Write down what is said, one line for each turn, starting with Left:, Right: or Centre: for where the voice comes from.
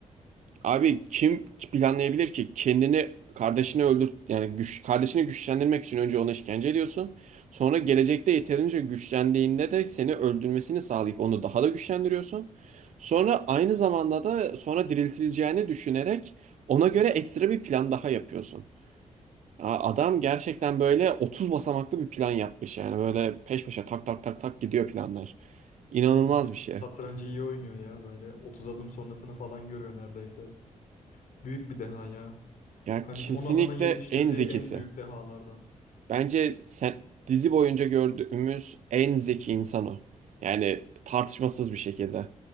Right: Abi kim planlayabilir ki kendini kardeşini öldür yani güç kardeşini güçlendirmek için önce ona işkence ediyorsun. Sonra gelecekte yeterince güçlendiğinde de seni öldürmesini sağlayıp onu daha da güçlendiriyorsun. Sonra aynı zamanda da sonra diriltileceğini düşünerek ona göre ekstra bir plan daha yapıyorsun. Ya Adam gerçekten böyle 30 basamaklı bir plan yapmış yani böyle peş peşe tak tak tak tak gidiyor planlar. İnanılmaz
Left: Evet, direkt
Right: bir şey.
Left: satrancı iyi oynuyor ya böyle. 30 adım sonrasını falan görüyor neredeyse. Büyük bir deha ya.
Right: Ya
Left: Hani
Right: kesinlikle
Left: Konoha'nın yetiştirdiği
Right: en zekisi.
Left: en büyük dehalardan.
Right: Bence sen, dizi boyunca gördüğümüz en zeki insan o. Yani tartışmasız bir şekilde.